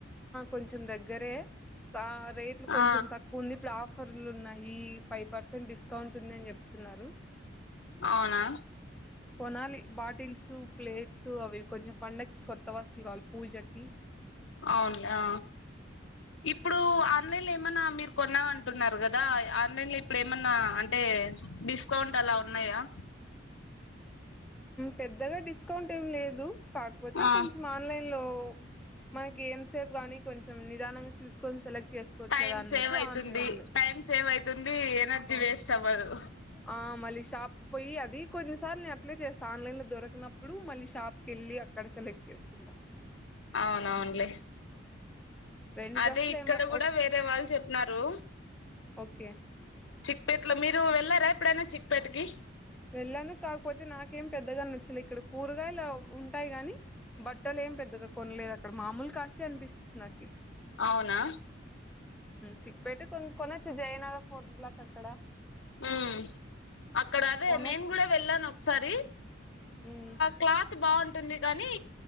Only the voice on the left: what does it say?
ఆ
అవున
అవున్ యా ఇప్పుడు
ఆన్లైన్లో ఏమనా మీరు కొన్నా అంటున్నారు కదా ఆన్లైన్ లో ఇప్పుడు ఏమన్నా అంటే డిస్కౌంట్ అల ఉన్నాయా
ఆ
టైం
సేవ్ అయితుంది
టైం సేవ్ అయితుంది ఎనర్జీ వేస్ట్ అవ్వదు
అవునవున్లే
అదే
ఇక్కడ
కూడ వేరే వాళ్ చెప్ినారు
చిక్పేట్ లో మీరు వెళ్ళార ఎప్పుడైన చిక్పేట్కిి
అవున
మ్మ్ అక్కడ అదే
నేను కూడా వెళ్ళాను ఒకసారి
క్లాత్ బాగుంటుంది కానీ